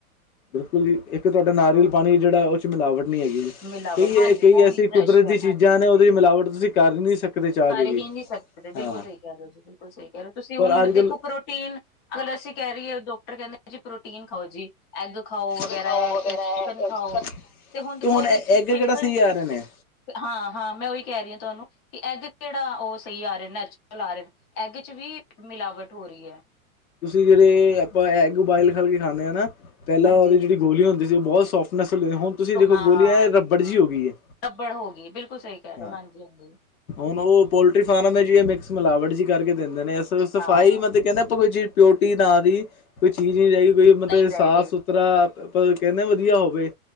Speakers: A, on the left; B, on the left.
A: ਬਿਲਕੁਲ ਜੀ ਇੱਕ ਤੁਹਾਡਾ ਨਾਰੀਅਲ
B: ਹਾਂ
A: ਪਾਣੀ ਜਿਹੜਾ ਉਹ 'ਚ ਮਿਲਾਵਟ ਨਹੀਂ ਹੈਗੀ ਜੀ
B: ਮਿਲਾਵਟ
A: ਕਈ
B: ਹਾਂਜੀ
A: ਇਹ ਕਈ
B: ਉਹ
A: ਐਸੀ।
B: ਵੀ
A: ਕੁਦਰਤ
B: ਫਰੈਸ਼ ਹੈ
A: ਦੀ ਚੀਜ਼ਾਂ
B: ਹਾਂਜੀ
A: ਨੇ ਉਹਦੇ ਚ ਮਿਲਾਵਟ ਤੁਸੀਂ ਕਰ ਨਹੀਂ ਸਕਦੇ ਚਾਹ
B: ਕਰ
A: ਕੇ
B: ਹੀ
A: ਵੀ
B: ਨਹੀਂ ਸਕਦੇ ਬਿਲਕੁਲ
A: ਹਾਂ।
B: ਸਹੀ ਕਹਿ ਰਹੇ ਹੋ ਜੀ ਬਿਲਕੁਲ ਸਹੀ ਕਹਿ ਰਹੇ ਤੁਸੀਂ
A: ਪਰ
B: ਉਨੂੰ
A: ਅੱਜ
B: ਬਦੇ।
A: ਕੱਲ੍ਹ
B: ਉਹ ਪ੍ਰੋਟੀਨ ਅਗਰ ਅਸੀਂ ਕਹਿ ਰਹੀਏ ਡਾਕਟਰ ਕਹਿੰਦੇ ਜੀ ਪ੍ਰੋਟੀਨ ਖਾਓ ਜੀ। ਐਗ ਖਾਓ ਵਗੈਰਾ
A: ਉਹ
B: ਚਿਕਨ
A: ਹੈ
B: ਖਾਓ ਤੇ ਹੁਣ ਦੇਖੋ ਉਹਦੇ
A: ਐਗ
B: ਚ
A: ਕਿਹੜਾ
B: ਚਿਕਨ
A: ਸਹੀ ਆ
B: ਚ।
A: ਰਹੇ ਨੇ
B: ਹਾਂ ਹਾਂ ਮੈਂ ਉਹੀ ਕਹਿ ਰਹੀ ਹਾਂ ਤੁਹਾਨੂੰ ਕਿ ਐਗ ਕਿਹੜਾ ਉਹ ਸਹੀ ਆ ਰਿਹਾ ਨੈਚੁਰਲ ਆ ਰਹੇ ਨੇ। ਐਗ ਚ ਵੀ ਮਿਲਾਵਟ ਹੋ ਰਹੀ ਹੈ।
A: ਤੁਸੀਂ ਜਿਹੜੇ ਆਪਾਂ ਐਗ ਬੋਆਇਲ ਕਰਕੇ ਖਾਣੇ ਆ ਨਾ ਪਹਿਲਾਂ
B: ਹਾਂਜੀ-ਹਾਂਜੀ
A: ਉਹਦੇ ਚ। ਦੀ ਗੋਲੀ ਹੁੰਦੀ ਸੀ ਉਹ ਬਹੁਤ ਸੋਫਟਨੈਸ ਹੁੰਦੀ ਹੁਣ ਤੁਸੀਂ ਦੇਖੋ
B: ਹਾਂ
A: ਗੋਲੀ ਇਹ ਰਬੜ ਜਿਹੀ ਹੋ ਗਈ ਹੈ
B: ਰਬੜ ਹੋ ਗਈ ਬਿਲਕੁਲ ਸਹੀ ਕਹਿ ਰਹੇ
A: ਹਾਂ
B: ਹੋ ਹਾਂਜੀ ਹਾਂਜੀ।
A: ਹੁਣ ਉਹ ਪੋਲਟਰੀ ਫਾਰਮ ਹੈ ਜ ਮਿਕਸ ਮਿਲਾਵਟ ਜਿਹੀ ਕਰਕੇ ਦਿੰਦੇ ਨੇ ਸਫਾਈ
B: ਹਾਂ
A: ਮਤਲਬ ਕਹਿੰਦੇ। ਕੋਈ ਚੀਜ਼ ਪਿਓਰਟੀ ਨਾ ਦੀ ਕੋਈ ਚੀਜ਼ ਨਹੀਂ ਰਹਿ ਗਈ ਕੋਈ ਮਤਲਬ
B: ਨਹੀਂ ਰਹਿ
A: ਸਾਫ਼
B: ਗਈ
A: ਸੁਥਰਾ ਅ ਬ ਕਹਿੰਦੇ ਵਧੀਆ ਹੋਵੇ